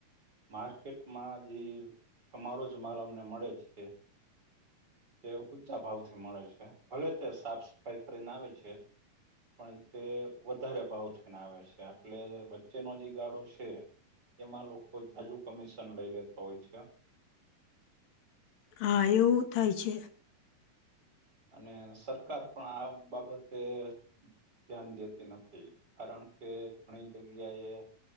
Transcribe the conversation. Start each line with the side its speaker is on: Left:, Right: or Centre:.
Right: માર્કેટમાં જે તમારો જ માલ અમને મળે છે. તે ઊંચા ભાવથી મળે છે, ભલે, તે સાફ સફાઈ કરીને આવે છે. પણ તે વધારે ભાવ થઈને આવે છે, એટલે વચ્ચેનો જે ગાડો છે. એમાં લોકો જાજુ કમિશન લઈ લેતા હોય છે.
Left: હા, એવું થાય છે.
Right: અને સરકાર પણ આ બાબતે ધ્યાન દેતી નથી. કારણ, કે ઘણી જગ્યા એ